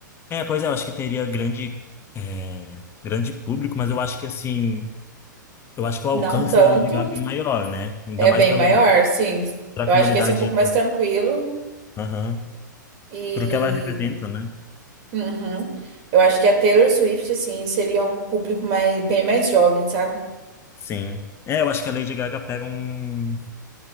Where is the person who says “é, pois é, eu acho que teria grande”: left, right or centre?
Left